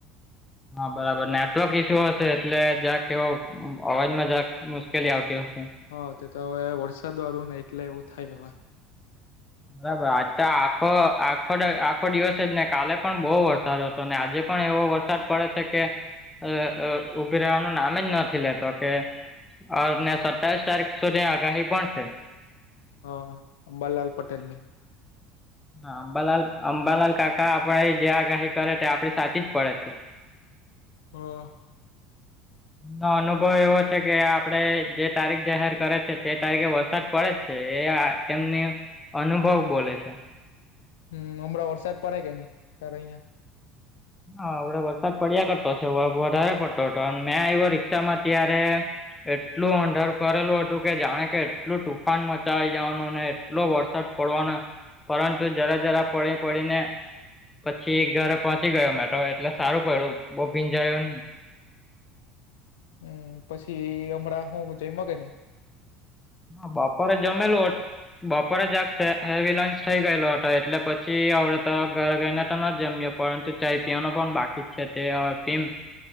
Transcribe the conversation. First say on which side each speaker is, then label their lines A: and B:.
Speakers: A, on the left (about 15°); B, on the left (about 80°).
A: હા, બરાબર. નેટવર્ક ઈસ્યુ હશે એટલે જક એવો અવ અવાજમાં જરાક મુશ્કેલી આવતી અહે.
B: હ, તેતો હવે વરસાદ વાળું ને એટલે એવું થાય હવે.
A: બરાબર, આજ તો આખો આખો દાળ આખો દિવસ જ ને કાલે પણ બો વરસાદો હતો. તો ને આજે પણ એવો વરસાદ પડે છે કે અ અ ઉભી રેવાનું નામે જ નથી લેતો કે અને સત્તાવીસ તારીખ સુધી આગાહી પણ છે.
B: હ, અંબાલાલ પટેલ ની.
A: હા, અંબાલાલ અંબાલાલ કાકા આપણે જે આગાહી કરે તે આપડી સાચી જ પડે છે.
B: હ.
A: નો અનુભવ એવો છે કે આપડે જે તારીખ જાહેર કરે છે તે તારીખે વરસાદ કરે જ છે એ આ એમની અનુભવ બોલે છે.
B: હમ, અમણાં વરસાદ પડે કે ની તારા અયા?
A: હા, અવડે વરસાદ પડ્યા કરતો છે વ વધારે પડતો હતો ને મેં આયવો રિક્ષામાં ત્યારે એટલું અંધારુ પારેલું હતું કે જાણે કે એટલું તુફાન મચાવી જાવાનું ઓય ને અટલો વરસાદ પડવાનો પરંતુ જરા જરા પડી પડીને પછી ઘરે પહોંચી ગયો મેતો એટલે સારું પયડુ બૉ ભીંજાયો ની.
B: હમ, પછી અમણાં હું જઈમો કે ની?
A: હા, બાપરે જમેલું. <unintelligible> બપોરે જ આ હેવી લંચ થઈ ગયેલો હતો એટલે પછી આવડે તો ઘર જઈને તો ન જમ્યો. પરંતુ ચાય પીવાનું પણ બાકી છે તે હ પી.